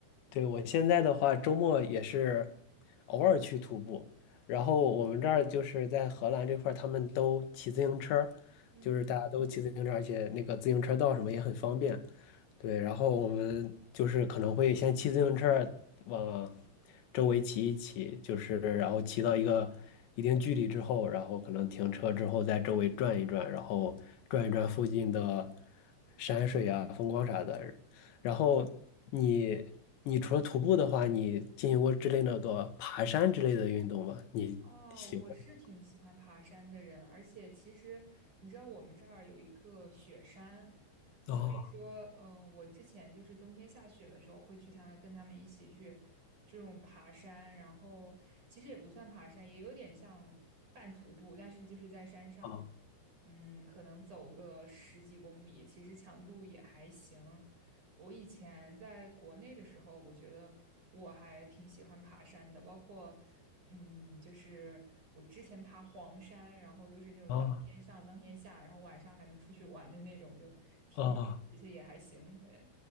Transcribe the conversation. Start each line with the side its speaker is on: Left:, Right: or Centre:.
Left: 对我现在的话，周末也是偶尔去徒步。然后我们这儿就是在荷兰这块儿他们都骑自行车，
Right: 嗯
Left: 就是大家都骑自行车，而且那个自行车道什么也很方便。对，然后我们就是可能会先骑自行车往周围骑一骑，就是然后骑到一个一定距离之后，然后可能停车之后在周围转一转，然后转一转附近的山水啊、风光啥的，然后你你除了徒步的话，你进行过之类那个爬山之类的运动吗？你喜欢？
Right: 哦，我是挺喜欢爬山的人，而且其实你知道我们这儿有一个雪山，所以说，
Left: 哦
Right: 嗯，我之前就是冬天下雪的时候会去他跟他们一起去这种爬山，然后其实也不算爬山，也有点像半徒步，但是就是在山上。
Left: 哦
Right: 嗯，可能走个十几公里，其实强度也还行。我以前在国内的时候，我觉得我还挺喜欢爬山的，包括嗯，就是我之前爬黄山，然后都是那种当天上当天下，
Left: 哦
Right: 然后晚上还能出去玩的那种，就体力其实也还行。
Left: 哦
Right: 对，